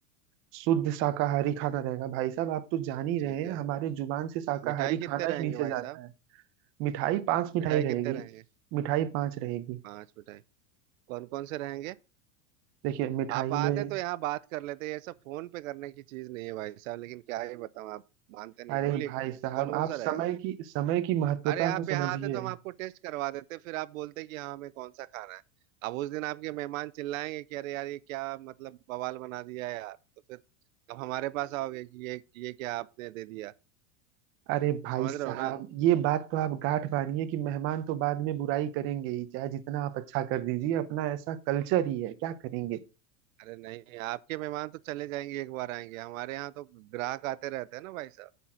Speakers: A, on the right (about 30°); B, on the right (about 85°).
A: शुद्ध शाकाहारी खाना रहेगा भाई साहब आप तो जान ही
B: ठीक
A: रहे हैं
B: है
A: हमारे जुबान से शाकाहारी
B: मिठाई
A: खाना
B: कितने रहेंगे
A: ही नीचे जाता
B: भाई साहब
A: है मिठाई पांच मिठाई
B: मिठाई कितने
A: रहेगी
B: रहेंगे
A: मिठाई पांच रहेगी
B: पांच मिठाई कौन कौन से रहेंगे
A: देखिए मिठाई
B: आप आते
A: में
B: तो यहाँ बात कर लेते ये सब फोन पे करने की चीज नहीं है भाई साहब लेकिन क्या ही बताऊं आप मानते नहीं
A: अरे
B: बोलिए
A: भाई साहब
B: कौन कौन
A: आप
B: सा
A: समय
B: रहेगा
A: की समय की महत्वता
B: अरे आप
A: को समझिए
B: यहाँ आते तो हम आपको टेस्ट करवा देते फिर आप बोलते कि हाँ हमें कौन सा खाना है अब उस दिन आपके मेहमान चिल्लाएंगे कि अरे यार ये क्या मतलब बवाल बना दिया है यार तो फिर अब हमारे पास आओगे कि ये ये क्या आपने दे दिया
A: अरे भाई
B: समझ
A: साहब
B: रहे हो ना
A: ये बात तो आप गांठ बांधिए कि मेहमान तो बाद में बुराई करेंगे ही चाहे जितना आप अच्छा कर दीजिए अपना ऐसा कल्चर ही है क्या करेंगे
B: अरे नहीं आपके मेहमान तो चले जाएंगे एक बार आएंगे हमारे यहाँ तो ग्राहक आते रहते हैं ना भाई साहब